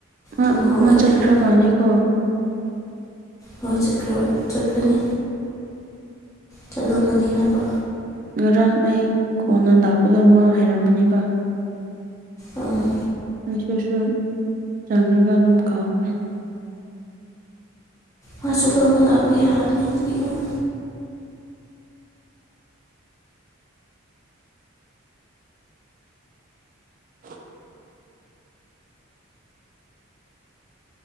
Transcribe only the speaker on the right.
ꯑꯥ
ꯃꯥ ꯆꯠꯈ꯭ꯔꯥ ꯃꯥꯂꯦꯒꯣ
ꯉꯔꯥꯡ ꯑꯩ ꯀꯣꯟꯅ ꯂꯥꯛꯄꯗꯨ ꯃꯥ ꯍꯥꯏꯔꯝꯕꯅꯦꯕ
ꯉꯁꯤꯁꯨ ꯆꯪꯔꯒ ꯑꯗꯨꯝ ꯀꯥꯎꯈ꯭ꯔꯦ
<inaudible>